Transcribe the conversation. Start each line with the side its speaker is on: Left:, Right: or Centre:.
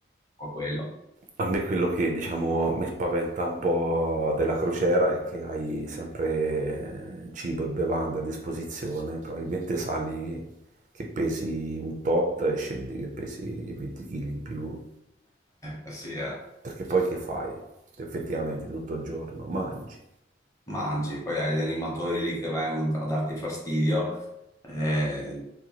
Left: po' quello.
Right: A me quello che diciamo mi spaventa un po' della crociera è che hai sempre cibo e bevande a disposizione, probabilmente sali che pesi un tot e scendi che pesi 20 kg in più,
Left: Eh, sì, eh.
Right: perché poi che fai? Effettivamente tutto il giorno mangi.
Left: Mangi, poi hai gli animatori lì che vengono a darti fastidio, eh,